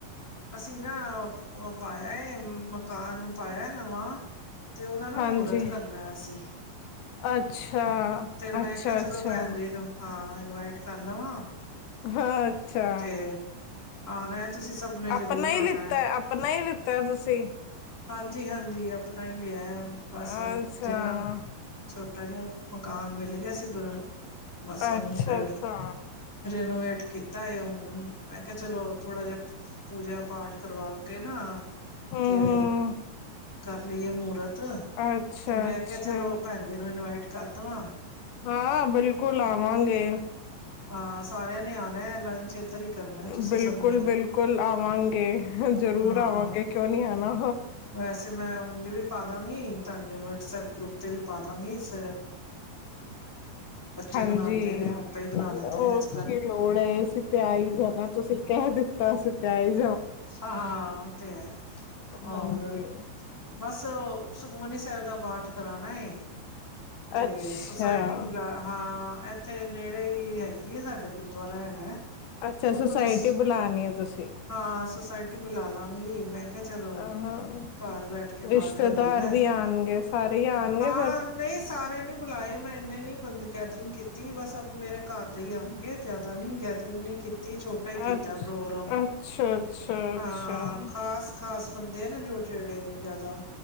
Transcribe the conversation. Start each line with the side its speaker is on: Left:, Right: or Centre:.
Centre: ਅਸੀਂ ਨਾ ਉਹ ਪਾਇਆ ਕਾਨ ਪਾਇਆ ਨਵਾਂ ਤੇ ਉਹਦਾ ਨਾ
Left: ਹਾਂਜੀ
Centre: ਮਹੂਰਤ ਕਰਨਾ ਅਸੀਂ
Left: ਅੱਛਾ
Centre: ਤੇ ਮੈਂ
Left: ਅੱਛਾ
Centre: ਕਿਹਾ ਚਲੋ
Left: ਅੱਛਾ
Centre: ਭੈਣ ਜੀ ਨੂੰ ਹਾਂ ਇਨਵਾਈਟ ਕਰ ਲਵਾਂ
Left: ਹਾਂ ਅੱਛਾ
Centre: ਤੇ ਆਣਾ ਤੁਸੀਂ ਸਭ ਨੇ
Left: ਆਪਣਾ
Centre: ਜ਼ਰੂਰ
Left: ਹੀ
Centre: ਆਣਾ
Left: ਲਿੱਤਾ ਆਪਣਾ ਹੀ ਲਿੱਤਾ ਤੁਸੀਂ
Centre: ਹਾਂਜੀ ਹਾਂਜੀ ਅਪ ਆਪਣਾ ਹੀ ਲਯਾ ਏ ਬਸ
Left: ਅੱਛਾ
Centre: ਜਿੰਨਾ ਛੋ ਛੋਟਾ ਜਿਹਾ ਮਕਾਨ ਮਿਲ ਗਿਆ ਸ ਬਸ
Left: ਅੱਛਾ
Centre: ਉਹਨੂੰ ਫੇਰ
Left: ਅੱਛਾ
Centre: ਰਨੋਵੇਟ ਕੀਤਾ ਉਹੁ ਹ ਮੈਂ ਕਿਹਾ ਚਲੋ ਥੋੜਾ ਜਿਹਾ ਪੂਜਾ ਪਾਠ ਕਰਵਾ ਕੇ ਨਾ
Left: ਹਮ
Centre: ਤੇ
Left: ਹਮ
Centre: ਘਰ ਲਈ ਏ ਮੂਰਤ
Left: ਅੱਛਾ
Centre: ਤੇ ਮੈਂ
Left: ਅੱਛਾ
Centre: ਕਿਹਾ ਚਲੋ ਭੈਣ ਜੀ ਨੂੰ ਇਨਵਾਈਟ ਕਰਦਵਾਂ
Left: ਹਾਂ ਬਿਲਕੁਲ ਆ ਆਵਾਂਗੇ
Centre: ਹਾਂ ਸਾਰਿਆਂ ਨੇ ਆਉਣਾ ਲੰਚ ਇੱਧਰ ਹੀ ਕਰਨਾ ਤੁਸੀਂ
Left: ਬਿਲਕੁਲ
Centre: ਸਭ ਨੇ
Left: ਬਿਲਕੁਲ ਆਵਾਂਗੇ ਜਰੂਰ
Centre: ਹਾਂ
Left: ਆਵਾਂਗੇ ਕਿਉਂ ਨਹੀਂ ਆਣਾ
Centre: ਵੈਸੇ ਮੈਂ ਉਂਝ ਵੀ ਪਾ ਦਾਂਗੀ ਤੁਹਾਡੇ ਵਟਸਐਪ ਗਰੁੱਪ ਤੇ ਵੀ ਪਾ ਦਾਂਗੀ ਇਸ ਬੱਚੇ
Left: ਹਾਂਜੀ
Centre: ਬਣਾਉਂਦੇ ਨੇ ਆਪੇ ਹੀ ਬਣਾ
Left: ਕੀ
Centre: ਲੈਂਦੇ ਨੇ ਅੱਜ ਕੱਲ
Left: ਲੋੜ ਹੈ ਅਸੀਂ ‌ਤੇ‌‌ ਆ ਈ ਜਾਣਾ ਤੁਸੀਂ ਕਹਿ ਦਿੱਤਾ ਤ ਅਸੀਂ ਤੇ ਹੀ ਜ
Centre: ਹਾਂ ਊਤੇ ਹੈ ਹੋਰ
Left: ਹਾਂਜੀ
Centre: ਬਸ ਸੁਖਮਨੀ ਸਾਹਿਬ ਦਾ ਪਾਠ ਕਰਾਣਾ ਏ ਤੇ,
Left: ਅੱਛਾ
Centre: ਸੁਸਾਇਟੀ ਬਲਾ ਹਾਂ ਇੱਥੇ ਨੇੜੇ ਹੀ, ਹੈਗੀ ਏ ਸਾਡੇ ਗੁਰਦੁਆਰਾ ਹੇਗਾ
Left: ਅੱਛਾ
Centre: ਉਥੋਂ
Left: ਸੁਸਾਇਟੀ
Centre: ਦੀ ਸ
Left: ਬੁਲਾਣੀ ਹੈ ਤੁਸੀਂ
Centre: ਹਾਂ ਸੁੋਸਾਇਟੀ ਬੁਲਾ ਲਾਂਗੀ ਮੈਂ ਕਿਹਾ ਚਲੋ
Left: ਹਾਂ
Centre: ਘਰ ਬੈਠ ਕੇ
Left: ਰਿਸ਼ਤੇਦਾਰ
Centre: ਪਾਠ ਹੋ ਜਾਂਦਾ
Left: ਵੀ ਆਣਗੇ ਸਾਰੇ ਹੀ ਆਣਗੇ
Centre: ਹਾਂ
Left: ਫਿਰ
Centre: ਨਹੀਂ ਨੀ ਬੁਲਾਏ ਮੈਂ ਇੰਨੇ ਨੀ ਬੰ ਗੈਦਰਿੰਗ ਕੀਤੀ ਬਸ ਆਪ ਮੇਰੇ ਘਰ ਦੇ ਹੀ ਆਉਣਗੇ ਜਿਆਦਾ ਨੀ ਗੈਦਰਿੰਗ ਨਹੀਂ ਕੀਤੀ ਛੋਟਾ ਹੀ ਕੀਤਾ
Left: ਅੱਛ-
Centre: ਪ੍ਰੋਗਰਾਮ
Left: ਅੱਛਾ ਅੱਛਾ ਅੱਛਾ
Centre: ਹਾਂ ਖ਼ਾਸ ਖਾਸ ਬੰਦੇ ਨਾ ਜੋ ਜੇੜੇ ਜ਼ਿਆਦਾ